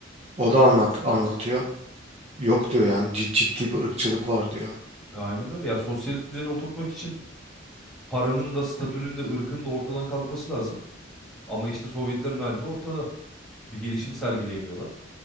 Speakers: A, on the right; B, in the centre.
A: O da anlat anlatıyor. Yok diyor yani cid- ciddi bir ırkçılık var diyor.
B: Aynen öyle. Ya sosyalist düzeni oturtmak için paranın da statünün de ırkın da ortadan kalkması lazım. Ama işte Sovyetlerin hali de ortada. Bir gelişim sergileyemiyorlar.